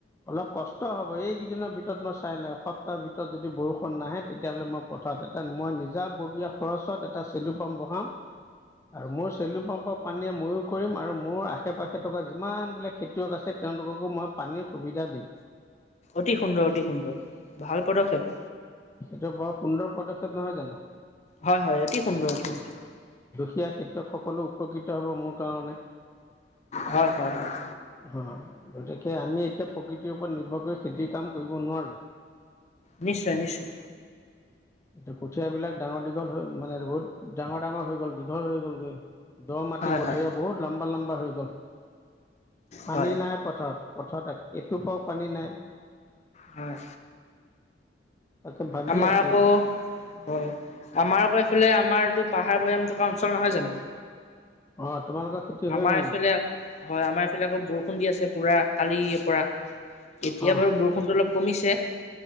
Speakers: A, on the left (about 15°); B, on the left (about 40°).
A: অলপ কষ্ট <unintelligible> হ'ব, এইকেইদিনৰ ভিতৰত মই চাই লাই সপ্তাহ ভিতৰত যদি বৰষুণ নাহে তেতিয়াহ'লে মই পথাৰত এটা মই নিজাববীয়া খৰচত এটা চেলু পাম্প বহাম। আৰু মোৰ চেলু পাম্পৰ পানীয়ে ময়ো কৰিম আৰু মোৰ আশে পাশে থকা যিমান বিলাক খেতিয়ক আছে তেওঁলোককো মই পানীৰ সুবিধা দিম।
B: অতি সুন্দৰ অতি সুন্দৰ ভাল পদক্ষেপ।
A: এইেটো বৰ সুন্দৰ পদক্ষেপ নহয় জানো।
B: হয়-হয়, অতি সুন্দৰ অতি সুন্দৰ।
A: সেয়া খেতিয়কসকলো উপকৃত হ'ব মোৰ কাৰণে।
B: হয়, হয়-হয়।
A: অ', গতিকে আমি এতিয়া প্ৰকৃতিৰ ওপৰত নিৰ্ভৰ কৰি খেতিৰ কাম কৰিব নোৱাৰো।
B: নিশ্চয় নিশ্চয়।
A: এয়া কঠিয় বিলাক ডাঙৰ দীঘল হৈ মানে বহুত ডাঙৰ ডাঙৰ হৈ গ'ল দীঘল হৈ গ'লগৈ। দ মাটি
B: হয়
A: কঠীয়া
B: হয়
A: বহুত লম্বা লম্বা হৈ গল পানী
B: হয়
A: নাই পথাৰত। অৰ্থাৎ এটোপাও পানী নাই।
B: হয়
A: তাকে ভাবি
B: আমাৰ
A: আছোঁ।
B: আকৌ হয় আমাৰ আকৌ এইফালে আমাৰতো পাহাৰ-ভৈয়াম থকা অঞ্চল নহয় জানো?
A: অ। তোমালোকৰ খেতি হৈ
B: আমাৰ
A: গ'ল
B: এইফালে
A: নেকি?
B: হয় আমাৰ এইফালে আকৌ বৰষুণ দি আছে পুৰা কালি পৰা। এতিয়া
A: অ',
B: বাৰু বৰষুণটো অলপ কমিছে